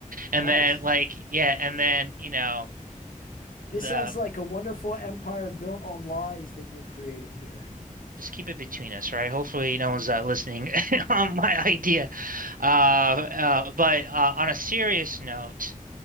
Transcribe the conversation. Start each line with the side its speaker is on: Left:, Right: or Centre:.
Right: and
Left: Nice.
Right: then like, yeah, and then you know.
Left: This
Right: the.
Left: sounds like a wonderful empire built on lies that you're creating here.
Right: just keep it between us, right? Hopefully, no one's uh, listening <laughs> on my idea. Uh, uh, but uh, on a serious note,